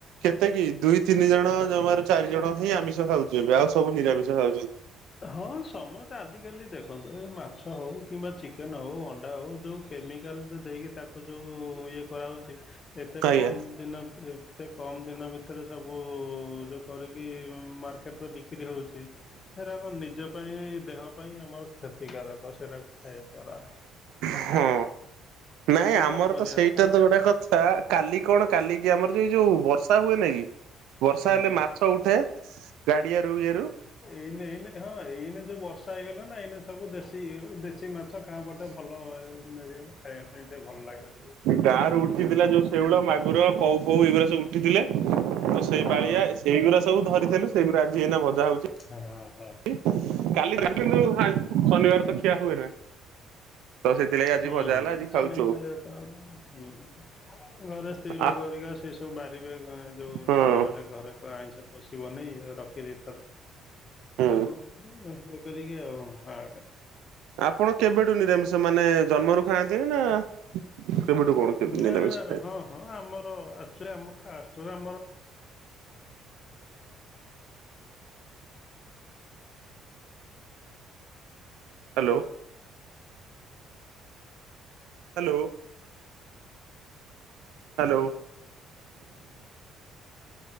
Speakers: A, on the right; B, on the left.
A: କେତେ କି ଦୁଇ ତିନି ଜଣ ଜମାରୁ ଚାରି ଜଣ ହିଁ ଆମିଷ ଖାଉଚୁ ଏବେ ଆଉ ସବୁ ନିରାମିଷ ଖାଉଚନ୍ତି।
B: ହଁ ସମସ୍ତେ ଆଜିକାଲି ଦେଖନ୍ତୁ ଏ ମାଛ ହଉ କିମ୍ବା ଚିକେନ ହଉ ଅଣ୍ଡା ହଉ ଯଉ କେମିକାଲ ତ ଦେଇକି ତାକୁ ଯୋଉ ଇଏ କରାହୋଉଚି ଏତେ
A: ଆଜ୍ଞା।
B: କମ ଦିନ ଏତେ କମ ଦିନ ଭିତରେ ସବୁ ଯୋଉ କରିକି ମାର୍କେଟ ରେ ବିକ୍ରି ହଉଚି ସେରାକ ନିଜ ପାଇଁ ଦେହ ପାଇଁ ଆମର କ୍ଷତିକାରକ ସେଟା ଖାଇବା ଦ୍ୱରା।
A: ହଁ ନାଇଁ ଆମର
B: କ'ଣ କରିବା
A: ତ ସେଇଟା
B: ଖା
A: ତ ଗୋଟେ କଥା କାଲି କଣ କାଲି କି ଆମର ଯୋଉ ଯୋଉ ବର୍ଷା ହୁଏ ନା କି? ବର୍ଷା
B: ଆଜ୍ଞା
A: ହେଲେ ମାଛ ଉଠେ ଗାଡିଆରୁ ଇଏ ରୁ
B: ଏଇନ ଏଇନ ହଁ ଏଇନେ ଯୋଉ ବର୍ଷା ହେଇଗଲା ନା ଏଇନେ ସବୁ ଦେଶୀ ଦେଶୀ ସେ ମାଛ ଗାଁ ପଟେ ଭଲ ମିଳିବ ଖାଇବା ପାଇଁ ଟିକେ ଭଲ ଲାଗେ ଟିକେ
A: ଗାଁ ରୁ ଉଠିଥିଲା ଯୋଉ ଶେଉଳ ମାଗୁର କଉ ଫଉ ଏଇଗୁରା ସବୁ ଉଠିଥିଲେ ତ ସେଇ
B: ହଁ
A: ବାଳିଆ ସେଇଗୁରା ସବୁ ଧରିଥେଲୁ ସେଗୁରା ଆଜି ହେଇନା ଭଜା ହଉଚି
B: ହଁ ହଁ
A: କାଲି ଧରିଥିଲୁ
B: ଆଜ୍ଞା
A: ଶନିବାର ତ ଖିଆ ଆ ହୁଏ ନା ତ ସେଥିଲାଗି
B: ହୁଁ
A: ଆଜି ଭଜା ହେଲା ଆଜି
B: ଶନିବାର
A: ଖାଉଛୁ
B: ତ ଆଉ ଘରେ ସ୍ତ୍ରୀ ଲୋକ
A: ଆଉ
B: ହେରିକା ସେ ସବୁ ବାରିବେ ଅଁ ଯୋଉ
A: ହଁ।
B: ଶନିବାରେ ଘରେ କହିବେ ଆଇଁଷ ପଶିବନି ରଖିଦେଇଥା
A: ହୁଁ
B: ତାକୁ ଇଏ କରିକି ଆଉ ହଁ
A: ଆପଣ କେବେଠୁ ନିରାମିଷ ମାନେ ଜନ୍ମରୁ ଖାଆନ୍ତିନି ନା? କେବେଠୁ କଣ କେମିତି
B: ନା
A: ନିରାମିଷ ଖା
B: ହଁ ହଁ ଆମର ଆକଚୁଲି ଆମ କାଷ୍ଟରେ ଆମର
A: hello. Hello. Hello.